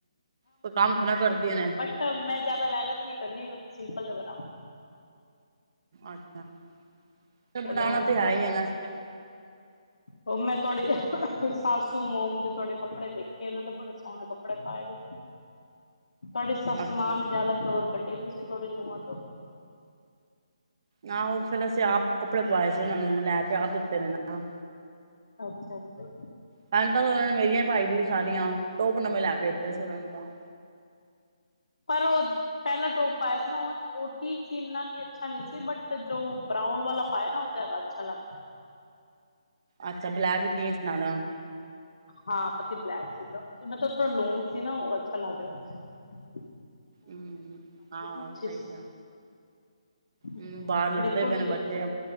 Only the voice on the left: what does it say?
ਤਵ ਮੈਂ ਜਿਆਦਾ ਮਿਹਨਤ ਨੀ ਕਰਨੀ। ਮੈ ਤੇ ਸਿੰਪਲ ਜਾ ਬਣਾਓ।
ਚਲੋ
ਹੋਰ
ਕਰ
ਸਕ
ਉਹ ਮੈਂ ਥੋੜੀ ਸਾਸੂ ਮੋਮ ਦੀ ਥੋਡੇ ਕੱਪੜੇ ਦੇਖੇ, ਉਹਨੇ ਤਾਂ ਬੜੇ ਸੋਹਣੇ ਕੱਪੜੇ ਪਾਏ ਵੇ ਸੀ। ਤੁਹਾਡੇ ਸੱਸ
ਮਾਂ ਨੂੰ ਜ਼ਿਆਦਾ ਡੋਰ ਕੱਢੀ ਤੁਸੀ ਤੁਹਾਡੀ ਨੂੰਹਾਂ ਤੋਂ
ਅੱਛਾ-ਅੱਛਾ।
ਪਰਓਦ ਪਹਿਲਾ ਟੋਪ ਪਾਇਆ ਸੀ ਨਾ, ਉਹ ਠੀਕ ਸੀ ਇੰਨਾ ਅੱਛਾ ਨਹੀਂ ਸੀ। ਬਟ ਜੋ ਬਰਾਊਨ ਵਾਲਾ ਪਾਇਆ ਨਾ ਜਿਆਦਾ ਅੱਛਾ ਲੱਗ।
ਹਾਂ, ਪਤੀ ਬਲੈਕ ਜੀਨ, ਨਾਲ ਥੋੜਾ ਲੋਂਂਗ ਸੀ ਨਾ ਉਹ ਅੱਛਾ ਲੱਗ ਰਿਹਾ ਸੀ।
ਅੱਛੀ
ਸੀ
ਬਿਲਕੁਲ
ਵੀ
ਹੈ